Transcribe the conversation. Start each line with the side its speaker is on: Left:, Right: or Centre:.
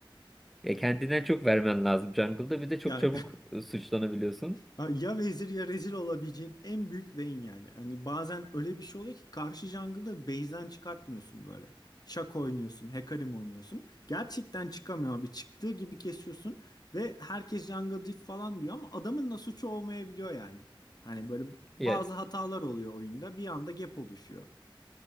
Centre: Ya kendinden çok vermen lazım jungle'da bir de çok
Left: Ya
Centre: çabuk e, suçlanabiliyorsun.
Left: Ha, Ya vezir ya rezil olabileceğin en büyük lane yani. Hani bazen öyle bir şey oluyor ki karşı jungle'da base'den çıkartmıyorsun böyle. Şak oynuyorsun, Hecarim oynuyorsun. Gerçekten çıkamıyor abi. Çıktığı gibi kesiyorsun ve herkes jungle diff falan diyor ama adamın da suçu olmayabiliyor yani. Hani böyle bazı
Centre: Ya,
Left: hatalar oluyor oyunda. Bir anda gap oluşuyor.